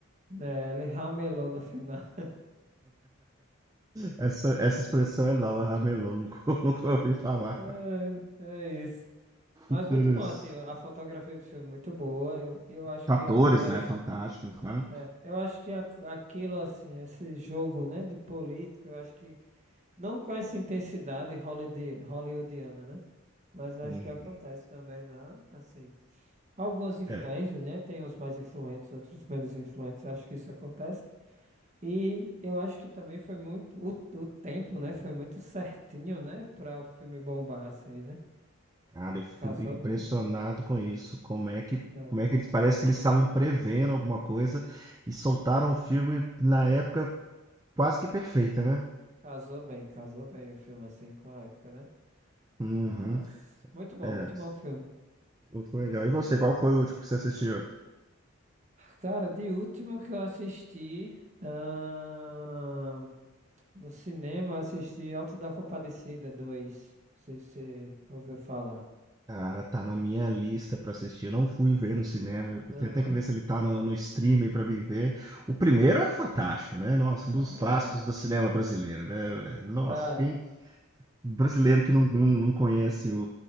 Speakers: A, on the right; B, on the right.
A: né ele ramelou no final. <laughs>
B: Essa, essa expressão é nova, ramelô, nunca, <laughs> nunca ouvi falar.
A: É, é isso. Mas
B: Inteiros.
A: muito bom, assim, a fotografia do filme é muito boa. Eu, eu acho
B: Atores,
A: que acontece.
B: né? Fantásticos, né?
A: é, eu acho que a- aquilo, assim, esse jogo, né, de política, eu acho que não com essa intensidade holide- hollywoodiana, né? Mas eu
B: Uhum.
A: acho que acontece também lá, assim. Algumas influências,
B: É,
A: né? Tem uns mais influentes, outros menos influentes. eu Acho que isso acontece. E eu acho que também foi muito. O, o tempo, né? Foi muito certinho, né? Pra o filme bombar, assim, né?
B: cara, eu fico
A: Casou
B: impressionado
A: bem.
B: com isso. Como é que,
A: É.
B: como é que eles parece que eles estavam prevendo alguma coisa e soltaram um filme na época quase que perfeita, né?
A: Casou bem, casou bem o filme, assim, com a época, né?
B: Uhum.
A: Mas. Muito bom,
B: É,
A: muito bom o filme.
B: muito legal. E você, qual foi o último que você assistiu?
A: Cara, de último que eu assisti. ah, no cinema, eu assisti Alto da Compadecida dois Não sei se você ouviu falar.
B: Cara, tá na minha lista pra assistir. Eu não fui ver no cinema. Eu
A: Aham.
B: tenho até que ver se ele tá no, no streaming pra me ver. O primeiro é fantástico, né? Nossa, um
A: É.
B: dos clássicos do cinema brasileiro, né? Nossa,
A: Cara.
B: quem brasileiro que não, não, não conhece o,